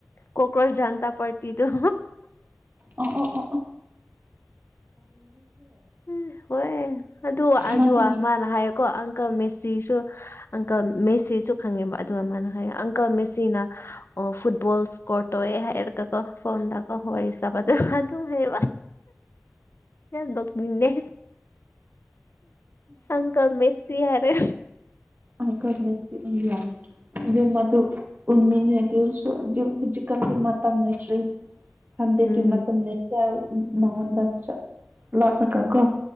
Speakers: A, on the left; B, on the right.
A: ꯀꯣꯀ꯭ꯔꯣꯁ ꯖꯟꯇꯥ ꯄꯥꯔꯇꯤꯗꫭ
B: ꯑꫭ ꯑꫭ ꯑꫭ
A: ꯎꯝ ꯍꯣꯏ ꯑꯗꯨ ꯑꯗꯨ
B: ꯃꯗꯨ
A: ꯃꯥꯅ ꯍꯥꯏꯌꯦꯀꯣ ꯑꯪꯀ ꯃꯦꯁꯤꯁꯨ ꯑꯪꯀ ꯃꯦꯁꯤꯁꯨ ꯈꯪꯉꯦꯕ ꯑꯗꯨꯒ ꯃꯥꯅ ꯍꯥꯏꯌꯦ ꯑꯪꯀ ꯃꯦꯁꯤꯅ ꯑꯣ ꯐꯨꯠꯕꯣꯜ ꯁꯀꯣꯔ ꯇꯣꯑꯦ ꯍꯥꯏꯔꯒꯀꯣ ꯐꯣꯟꯗꯀꯣ ꯋꯥꯔꯤ ꯁꯥꯕꯗꯣ ꯑꯗꯨꯝ ꯍꯥꯏꯕ ꯌꯥꯝꯣꯛꯅꯤꯅꯦ ꯑꯪꯀꯜ ꯃꯦꯁꯁꯤ ꯍꯥꯏꯔꯦ
B: ꯑ ꯈꯔꯁꯤ
A: ꯎꯝ
B: ꯑꯗꯨ ꯃꯥꯗꯨ ꯎꯃꯤꯅꯤ ꯍꯥꯏ ꯑꯗꯨꯔꯁꯨ ꯑꯗꯨ ꯑꯗꯨ ꯍꯧꯖꯤꯛꯀꯥꯟꯗꯤ ꯃꯇꯝ ꯂꯩꯇ꯭ꯔ ꯁꯟꯗꯦꯗꯨ
A: ꯎꯝ
B: ꯃꯇꯝ ꯂꯩ ꯃꯉ ꯆ ꯂ ꯀꯒꯣ